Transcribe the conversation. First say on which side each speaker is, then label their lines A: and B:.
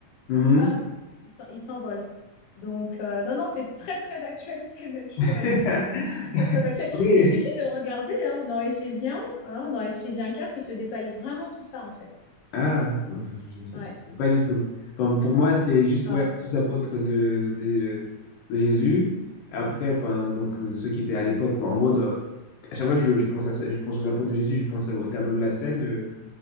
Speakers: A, on the left; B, on the left.
A: Mhm.
B: bam, il s'en- il s'envole. Donc, euh, non, non, c'est très, très d'actualité, <laughs> même, je pourrais
A: <laughs>
B: te dire. C'est très, très actuel.
A: Oui.
B: Il suffit de regarder hein, dans Éphésiens, hein, dans Éphésiens 4, il te détaille vraiment tout ça, en fait.
A: Ah, je- je-
B: Ouais,
A: je- pas du tout. Enfin, pour moi, c'était juste
B: ouais,
A: ouais, les tous apôtres de, de, de Jésus. Après, enfin, donc, euh, ceux qui étaient à l'époque, enfin, en gros, dans- à chaque fois que je, je pense à ça- je pense aux apôtres de Jésus, je pense au tableau de la scène de,